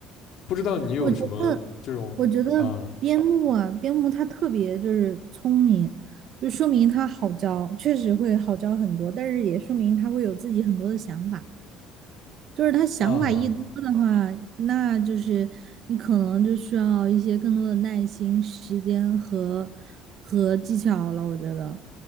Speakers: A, on the left; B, on the right.
A: 不知道你有什么这种啊
B: 我觉得，我觉得边牧啊，边牧它特别就是聪明，就说明它好教，确实会好教很多，但是也说明它会有自己很多的想法。就是他想法一多的话，
A: 啊，
B: 那就是你可能就需要一些更多的耐心、时间和和技巧了。我觉得，